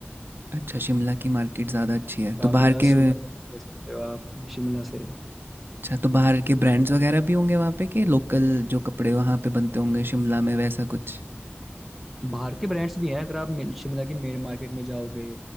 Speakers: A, on the right (about 55°); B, in the centre.
A: अच्छा शिमला की मार्केट ज़्यादा अच्छी है
B: काफी
A: तो बाहर
B: ज्यादा
A: के
B: सोवेनिर्स ले सकते हो आप शिमला से
A: अच्छा तो बाहर के ब्रांड्स वगैरह भी होंगे वहाँ पे कि लोकल जो कपड़े वहाँ पे बनते होंगे शिमला में वैसा कुछ
B: बाहर के ब्रांड्स भी हैं अगर आप मिल- शिमला के मेन मार्केट में जाओगे